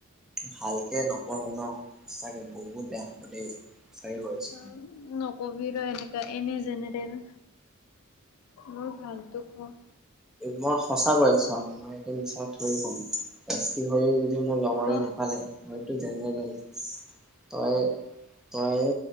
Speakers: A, in the centre; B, on the left.
A: ভালকে নপঢ় ন, সঁচাকে বহুত বেয়া হ'ব দেই। সঁচাকে কৈ আছো
B: অ', নকবি ৰ এনেকুৱা এনে জেনেৰেল মোৰ ভালটো কোৱা
A: মই সঁচা আছো আৰু মই এইটো নিচ থৰি পম্তি হৈ <unintelligible> মোৰ লগৰে
B: ত
A: নাপালে হয়তো জেনেৰেল তই তই